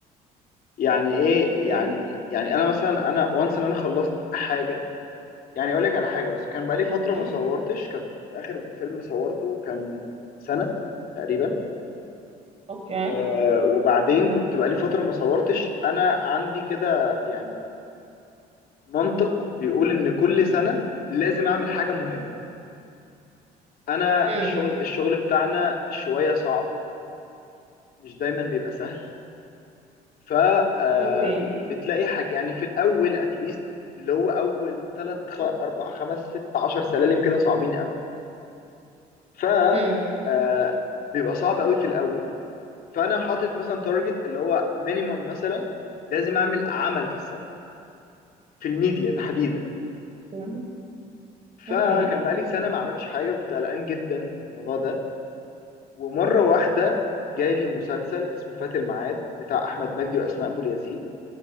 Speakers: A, on the left (about 60°); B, on the right (about 40°).
A: يعني ايه
B: اوكي
A: يعني يعني انا مثلا انا وانس ان انا خلصت حاجه يعني اقول لك على حاجه بس كان بقالي فتره
B: مم.
A: ما صورتش كنت كنت اخر فيلم صورته كان من سنه تقريبا
B: اوكي
A: و- وبعدين كنت بقالي فتره ما صورتش انا عندي كده يعني منطق بيقول ان كل سنه لازم اعمل حاجه مهمه انا
B: مم.
A: الشغل الشغل بتاعنا شويه صعب مش دايما بيبقى سهل ف آه،
B: اوكي
A: بتلاقي حاجة يعني في الأول أتليست اللي هو أول تلات خ... أربع خمس ست عشر سلالم كده صعبين أوي ف
B: مم.
A: آه، بيبقى صعب أوي في الأول فأنا حاطط مثلا تارجت اللي هو مينيمم مثلا لازم أعمل عمل في السنة في الميديا تحديدا
B: مم.
A: فكان
B: اوكي
A: بقالي سنة ما عملتش حاجة كنت قلقان جدا من الموضوع ده ومرة واحدة جالي مسلسل اسمه فات الميعاد بتاع أحمد مجدي وأسماء أبو اليزيد